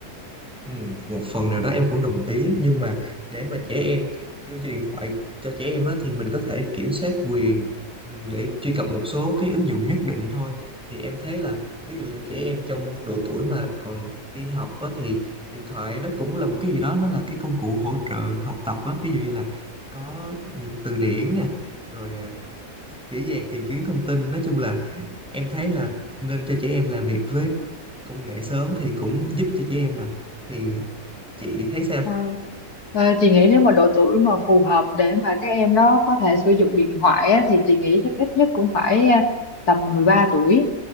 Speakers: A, in the centre; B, on the left.
A: Ừ, một phần nào đó em cũng đồng ý nhưng mà để mà trẻ em đưa cho điện thoại cho trẻ em á, thì mình có thể kiểm soát quyền ừ, để truy cập một số cái ứng dụng nhất định thôi thì em thấy là ví dụ là trẻ em trong độ tuổi mà còn đi học á, thì điện thoại nó cũng là một cái gì đó nó là cái công cụ hỗ trợ học tập á. Ví dụ như là có ừ, từ điển nè rồi à, dễ dàng tìm kiếm thông tin nói chung là em thấy là nên cho trẻ em làm việc với công nghệ sớm thì cũng giúp cho trẻ em mà thì chị thấy sao
B: À, Ờ, chị nghĩ nếu mà độ tuổi mà phù hợp để mà các em đó có thể sử dụng điện thoại á, thì chị nghĩ chắc ít nhất cũng phải ờ, tầm 13 tuổi.